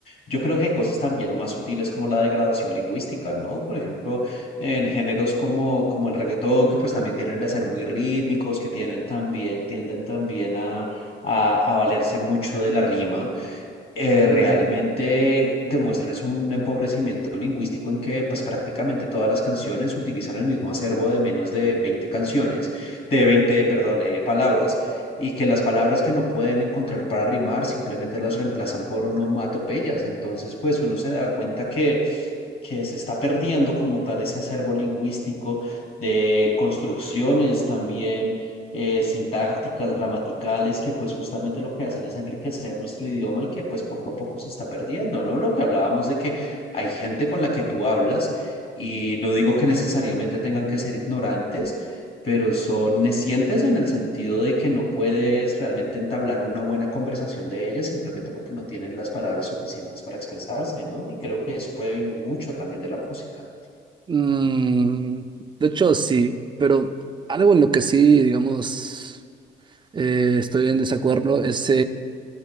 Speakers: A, on the left (about 55°); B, on the right (about 25°).
A: Yo creo que hay cosas también más sutiles como la degradación lingüística, ¿no? Por ejemplo, en géneros como, como el reggaetón, que pues también tienen de ser muy rítmicos, que tienen también, tienden también a a, a valerse mucho de la rima eh, realmente
B: Mm,
A: demuestran es un empobrecimiento lingüístico en que pues prácticamente todas las canciones utilizan el mismo acervo de menos de 20 canciones, de 20 perdón, eh, palabras, y que las palabras que no pueden encontrar para rimar simplemente las reemplazan por onomatopeyas. Entonces, pues uno se da cuenta que que se está perdiendo como tal ese acervo lingüístico de construcciones también eh, sintácticas, gramaticales, que pues justamente lo que hacen es enriquecer nuestro idioma y que pues poco a poco se está perdiendo, ¿no? Lo que hablábamos de que hay gente con la que tú hablas y no digo que necesariamente tengan que ser ignorantes, pero son necientes en el sentido de que no puedes realmente entablar una buena conversación de ellas simplemente porque no tienen las palabras suficientes para expresarse, ¿no? Y creo que eso puede venir mucho también de la música.
B: mm, de hecho, sí, pero algo en lo que sí, digamos, eh, estoy en desacuerdo es